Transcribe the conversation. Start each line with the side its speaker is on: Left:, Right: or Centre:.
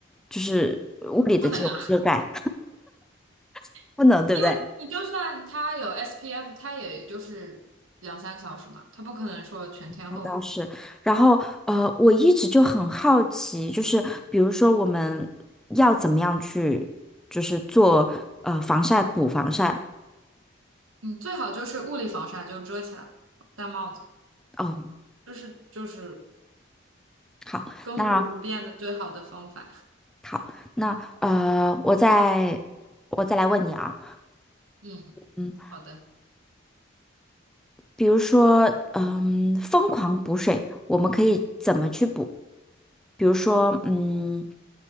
Centre: 就是物理的这种遮盖？
Right: 不能啊，
Centre: <laughs> 不能，
Right: <laughs>
Centre: 对不对？
Right: 因为你就算它有 SPF，它也就是两三个小时嘛，它不可能说全天候的。
Centre: 那倒是。然后，呃，我一直就很好奇，就是比如说我们要怎么样去，就是做呃防晒补防晒。
Right: 嗯，最好就是物理防晒，就遮起来，戴帽子，
Centre: 哦，
Right: 这是就是
Centre: 好，
Right: 亘古不变的最好的方法。
Centre: 那。好，那呃，我再我再来问你啊，
Right: 嗯，
Centre: 嗯，
Right: 好的，
Centre: 比如说，嗯，疯狂补水，我们可以怎么去补？比如说，嗯，